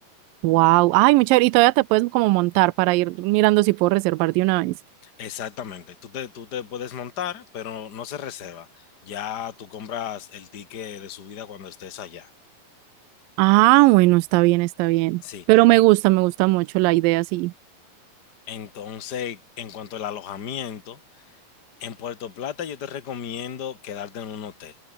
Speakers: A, on the right; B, on the left.
A: Wow. Ay, muy chévere. Y todavía te puedes como montar para ir mirando si puedo reservar de una vez.
B: Exactamente, tú te, tú te puedes montar, pero no se reserva. Ya tú compras el ticket de subida cuando estés allá.
A: Ah, bueno, está bien, está bien.
B: Sí,
A: Pero me
B: En-
A: gusta, me gusta mucho la idea, sí.
B: entonces, en cuanto al alojamiento. En Puerto Plata yo te recomiendo quedarte en un hotel,